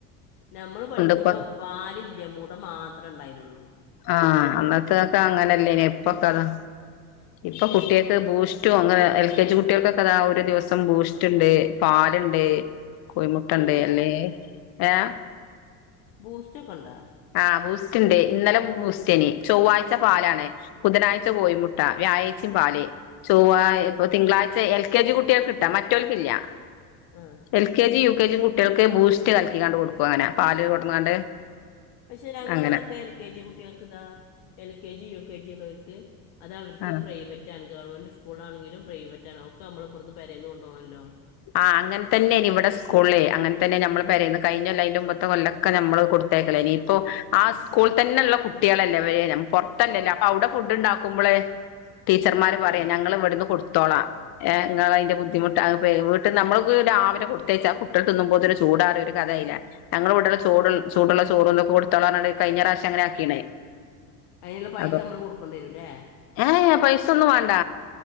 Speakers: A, on the left; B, on the left.
A: ഞമ്മള് പഠിക്കുമ്പം
B: ഇപ്പൊ
A: പാലില്ല മുട മാത്രം ഇണ്ടായിരുന്നൊള്ളു
B: ആഹ് അന്നത്തൊക്കെ അങ്ങനെല്ലേനിയോ ഇപ്പൊക്കെ അതാ ഇപ്പം കുട്ടിയൾക്ക് ബൂസ്റ്റും അങ്ങനെ എൽ കെ ജി കുട്ടിയൾക്കൊക്കെ അതാ ഒരു ദിവസം ബൂസ്റ്റ്ണ്ട് പാല്ണ്ട് കോഴിമുട്ടണ്ട്
A: അങ്ങനെ ഉണ്ടാ
B: അല്ലേ ഏഹ്
A: ബൂസ്റ്റൊക്കെണ്ടോ
B: ആഹ് ബൂസ്റ്റ്ണ്ട് ഇന്നലെ ബു ബൂസ്റ്റേനി ചൊവ്വാഴ്ച പാലാണ് ബുധനാഴ്ച കോഴി മുട്ട വ്യാഴേഴ്ച്ചിം പാല് ചൊവ്വാഴ്
A: ഏ
B: ഇപ്പോ തിങ്കളാഴ്ച എൽ കെ ജി കുട്ടിയൾക്ക്ട്ടോ മറ്റോല്ക്കില്ലാ
A: ആഹ്
B: L K G U K ജിം കുട്ടിയൾക്ക് ബൂസ്റ്റ് കലക്കിങ്ങാണ്ട് കൊടുക്കും അങ്ങനെ പാല് കൊടന്നാണ്ട്
A: പക്ഷേ ഞങ്ങളെ
B: അങ്ങനെ
A: അവടൊക്കെ എൽ കെ ജി കുട്ടിയൾക്ക്താ L K G U K ജിയ്ള്ളോല്ക്ക് അത അവർക്ക്
B: ആഹ്
A: പ്രൈവറ്റ ആണ് ഗവൺമെന്റ് സ്കൂളാണെങ്കിലും പ്രൈവറ്റ ആണ് ഒക്കെ നമ്മള പരിന്ന് കൊണ്ടു പോണമല്ലോ
B: ആഹ് അങ്ങനെതന്നെയനി ഇവിടെ സ്കൂളിൽ അങ്ങനെ തന്നെ നമ്മള്ൾ പറയുന്ന കഴിഞ്ഞകൊല്ലല്ല അന്റെ മുമ്പത്തെ കൊല്ലം ഒക്കെ നമ്മള് കൊടുത്തേക്കല ഇനി ഇപ്പോആ സ്കൂളിൽ തന്നെുള്ള കുട്ടിളെല്ലവരെ പുറ - തന്നെയല്ലേ അപ്പൊ അവിടെ ഫുഡ് ഉണ്ടാക്കുമ്പോളെ ടീച്ചർമാർ പറയാ
A: ആ
B: ഞങ്ങൾ ഇവിടുന്ന് കൊടുത്തോളാ നിങ്ങൾ അതിന്റെ ബുദ്ധിമുട്ട് നമ്മള് രാവിലെ കൊടുത്തയച്ച കുട്ടികൾ തിന്നുമ്പോത്തിന് ചൂടാറി ഒരു കഥയില്ലേ ഞങ്ങൾ വിടെടുള്ള ചോട് ചൂടുള്ള ചോറക്ക കൊടുതോള കഴിഞ്ഞ പ്രാവശ്യം അങ്ങന ആക്കീണേ
A: അതിനുള്ള പൈസ
B: അതോ
A: നമ്മള് കൊടുക്കേണ്ടിരൂല്ലേ
B: ഏഹ് പൈസൊ ഒന്നും വേണ്ട